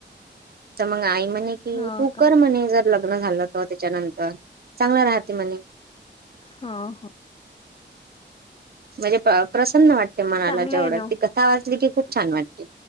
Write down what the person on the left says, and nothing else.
हो
का
हा हा!
चांगलं
आहे ना